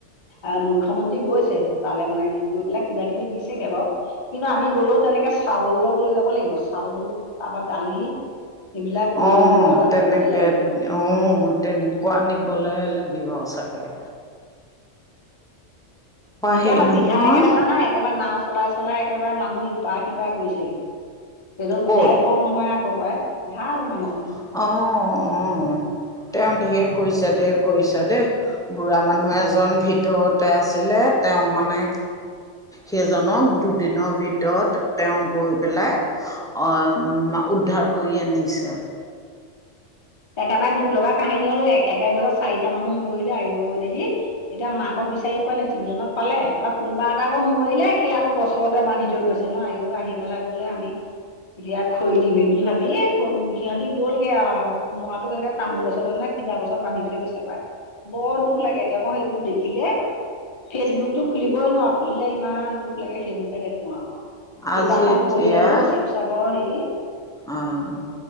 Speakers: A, on the left; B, in the centre.
A: আহ, মুখ্যমন্ত্ৰী গৈছে তালৈ, মানে গৈ পেলাই কিবা কিবি দিছেগে বাৰু। কিন্তু আমি গ'লেও তেনেকৈ চাউল অলপ লৈ যাব লাগিব! চাউল, তাৰপৰা দালি। সেইবিলাক
B: অ',
A: লৈ গৈ পেলাই তাত
B: তেনেকে
A: দিবগে লাগিব।
B: অ', তেনেকুৱা নিবলৈ লাগিব চাগৈ?
A: এতিয়া
B: হেৰি
A: আকৌ
B: নহয়
A: বিধায়কে দেখা নাই? একেবাৰে নাও চলাই চলাই একেবাৰে মানুহ ইপা-সিপা কৰিছেগে! এইজন
B: ক'ত?
A: বিধায়ক কম নহয় আঁ। কৰ পায় ভাল মানুহ যি।
B: অ', অ', তেওঁ ঢেৰ কৰিছে, ঢেৰ কৰিছে দেই। বুঢ়া মানুহ এজন ভিতৰতে আছিলে! তেওঁ মানে। সেইজনক দুদিনৰ ভিতৰতে তেওঁ গৈ পেলাই। অ', মা উদ্ধাৰ কৰি আনিছে?
A: একেবাৰে দুখ লগা কাহিনী ঐ, একেটা ঘৰতে চাৰিটা মানুহ মৰিলে, আয় দেহি। এতিয়া মাকক বিচাৰি পোৱা নাই, তিনিজনক পালে বা, কোনোবা এটা আকৌ মৰিলে, সেই আকৌ গছতে পানীত। থৈ গৈছে ন, আয়ও আহি পেলাই বোলে আমি। ইয়াক খৰি দিবি বুলি ভাবি, সিহঁতি গ'লগে আও। মৰাটোক একে তামো গছতে নে কিবা গছত বান্ধি থৈ গৈছে পায়। বৰ দুখ লাগে এতিয়া! মই সেইবোৰ দেখিলে। ফেচবুকটো খুলিবই নোৱাৰোঁ! খুলিলে ইমান দুখ লাগে, সেইবোৰেই দেখোঁ আও।
B: আজি
A: পেপাৰখন
B: এতিয়া
A: পঢ়ি চালো, শিৱসাগৰ হেৰি?
B: অ',